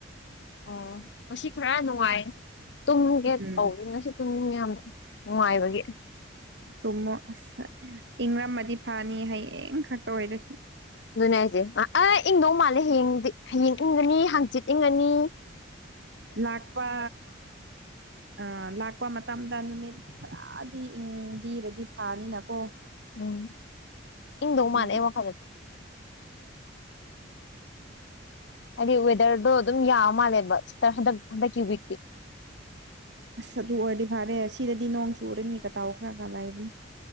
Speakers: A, on the left; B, on the right.
A: ꯑꯣ ꯉꯁꯤ ꯈꯔ ꯅꯨꯡꯉꯥꯏ ꯇꯨꯡꯒꯦ
B: ꯎꯝ
A: ꯀꯧꯏ ꯉꯁꯤ ꯇꯨꯡꯅꯤꯡ ꯌꯥꯝ ꯅꯨꯡꯉꯥꯏꯕꯒꯤ
B: ꯇꯨꯝꯃꯣ ꯑꯁ ꯏꯪꯉꯝꯃꯗꯤ ꯐꯅꯤ ꯍꯌꯦꯡ ꯈꯛꯇ ꯑꯣꯏꯔꯁꯨ
A: ꯑꯗꯨꯅꯦ ꯍꯥꯏꯁꯦ ꯑ ꯏꯪꯗꯧ ꯃꯥꯜꯂꯦ ꯍꯌꯦꯡꯗꯤ ꯍꯌꯦꯡ ꯏꯪꯒꯅꯤ ꯍꯥꯡꯆꯤꯠ ꯏꯪꯉꯅꯤ
B: ꯂꯥꯛꯄ ꯑ ꯂꯥꯛꯄ ꯃꯇꯝꯗ ꯅꯨꯃꯤꯠ ꯈꯔꯗꯤ ꯏꯪꯕꯤꯕꯗꯤ ꯐꯥꯅꯤꯅꯀꯣ
A: ꯎꯝ ꯏꯪꯗꯧ ꯃꯥꯟꯅꯩ
B: ꯑꯗꯨꯒꯤ
A: ꯋꯥꯜꯗꯗꯤ ꯍꯥꯏꯗꯤ ꯋꯦꯗꯔꯗꯣ ꯑꯗꯨꯝ ꯌꯥ ꯃꯥꯜꯂꯦꯕ ꯁꯤꯇ ꯍꯟꯗꯛ ꯍꯟꯗꯛꯀꯤ ꯋꯤꯛꯇꯤ
B: ꯑꯁ ꯑꯗꯨ ꯑꯣꯏꯗꯤ ꯐꯔꯦꯁꯤ ꯁꯤꯗꯗꯤ ꯅꯣꯡ ꯆꯨꯔꯅꯤ ꯀꯇꯥꯎ ꯈꯔ ꯈꯔ ꯂꯥꯏꯕꯅꯤ